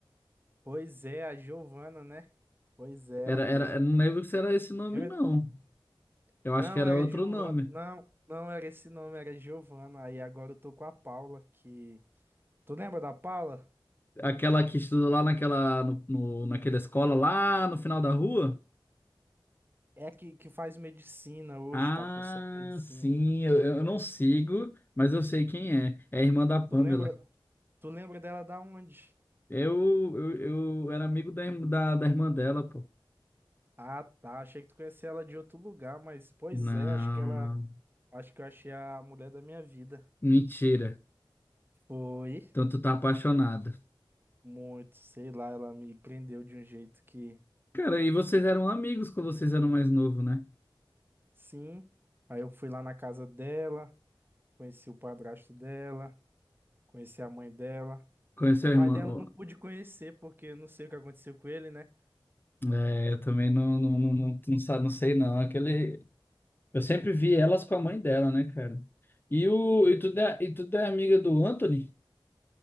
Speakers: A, on the right; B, on the left.
A: Pois é, a Giovana, né? Pois é,
B: Era,
A: ela mesmo.
B: era, eu não lembro se era esse nome,
A: Eu
B: não.
A: en-
B: Eu
A: Não,
B: acho que era
A: era
B: outro
A: Giovana.
B: nome.
A: Não, não era esse nome, era Giovana. Aí agora eu tô com a Paula, que. Tu lembra da Paula?
B: Aquela que estudou lá naquela, no, no- naquela escola lá no final da rua?
A: É que, que faz medicina hoje,
B: Ah,
A: tá cursando medicina.
B: sim, eu, eu não sigo, mas eu sei quem é. É a irmã da Pamela.
A: Tu lembra, tu lembra dela da onde?
B: Eu, eu, eu era amigo da, irm- da, da irmã dela, pô.
A: Ah, tá. Achei que tu conhecia ela de outro lugar, mas pois
B: Não,
A: é, acho que ela.
B: não.
A: Acho que eu achei a mulher da minha vida.
B: Mentira.
A: Foi
B: Então tu tá apaixonada.
A: muito, sei lá, ela me prendeu de um jeito que
B: Cara, e vocês eram amigos quando vocês eram mais novos, né?
A: sim. Aí eu fui lá na casa dela, conheci o padrasto dela, conheci a mãe dela.
B: Conheceu
A: O pai
B: a irmã?
A: dela
B: Ó,
A: eu não pude conhecer, porque eu não sei o que aconteceu com ele, né?
B: É, eu também não, não, não, não, não, sa- não sei, não. Aquele... Eu sempre vi elas com a mãe dela, né, cara? E, o,
A: Pois
B: e, tu
A: é.
B: é, e tu é amiga do Anthony?